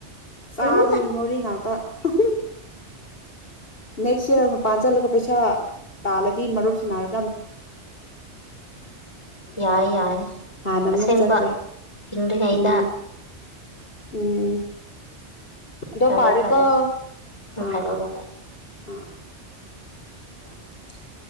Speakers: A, on the left (about 55°); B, on the left (about 25°).
A: ꯆꯥꯕꯒꯤ
B: ꯎꯝ
A: ꯃꯦꯃꯣꯔꯤ ꯉꯥꯛꯇ ꯑꯍꯨꯝ ꯅꯦꯛꯁ ꯌꯥꯔ ꯃꯄꯥꯟ ꯆꯜꯂꯒ ꯄꯩꯁꯥ ꯇꯥꯜꯂꯗꯤ ꯃꯔꯨꯞꯁꯤ ꯅꯥꯔ
B: ꯌꯥꯏ ꯌꯥꯏ
A: ꯍꯥꯟꯅ ꯑꯃꯨꯛ
B: ꯑꯁꯦꯡꯕ
A: ꯆꯠꯈ꯭ꯔꯦ
B: ꯍꯤꯡꯂꯤꯉꯩꯗ
A: ꯎꯝ ꯎꯝ ꯎꯝ ꯑꯗꯣ
B: ꯐꯔꯦ
A: ꯐꯔꯦꯀꯣ
B: ꯐꯔꯦ ꯎꯝ
A: ꯑꯥ
B: ꯐꯔꯦ
A: ꯑꯥ
B: ꯐꯔꯦ
A: ꯑꯥ
B: <unintelligible>